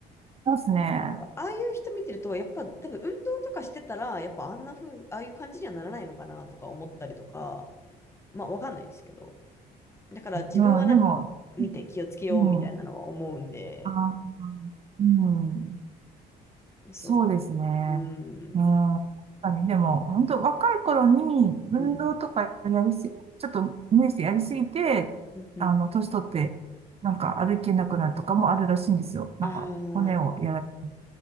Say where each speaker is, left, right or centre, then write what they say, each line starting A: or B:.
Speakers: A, on the right; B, on the left.
A: ますね。
B: やっぱああいう人見てると、やっぱ多分運動とかしてたら、やっぱあんな風、ああいう感じにはならないのかなとか思ったりとか、まあわかんないですけど。だから自分はなんか見て気をつけようみたいなのは思うんで、
A: うん、でも、うん、あー、うん、
B: そ
A: そうですね。
B: う。う
A: うん、
B: ん。
A: 確かに、でも、本当若い頃に運動とかやりすぎ、
B: うん。
A: ちょっと無理してやりすぎて、
B: うん。うん
A: あの、年取って、なんか歩けなくなるとかもあるらしいんですよ。なんか、
B: ああー。
A: 骨をやられた